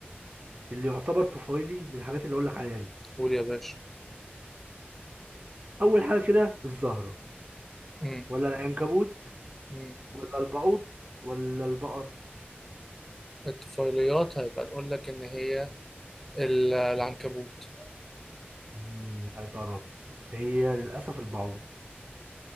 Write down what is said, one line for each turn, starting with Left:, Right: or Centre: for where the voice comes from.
Right: اللي يعتبر طفيلي من الحاجات اللي أقول لك عليها دي
Centre: قول يا باشا
Right: أول حاجة كده الزهرة
Centre: مم.
Right: ولا العنكبوت
Centre: مم.
Right: ولا البعوض ولا البقر
Centre: الطفيليات هيبقى نقول لك إن هي ال- العنكبوت
Right: مم. لا أنت قربت هي للأسف البعوض